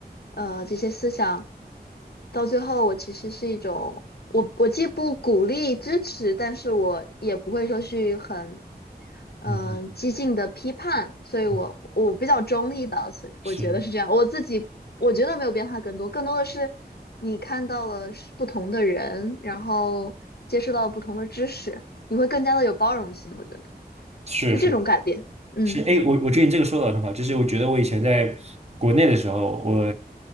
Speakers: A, on the left; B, on the right.
A: 呃这些思想，到最后我其实是一种，我我既不鼓励支持，但是我也不会说去很嗯、
B: 嗯，
A: 呃激进的批判，
B: 嗯
A: 所以我我比较中立吧，
B: 嗯
A: 所以我觉得是这样。
B: 是
A: 我自己我觉得没有变化更多，更多的是你看到了是不同的人，然后接触到了不同的知识，你会更加的有包容性，我觉得
B: 是是。
A: 是这种改变，嗯。
B: 是，哎，我我觉得你这个说的很好，就是我觉得我以前在国内的时候，我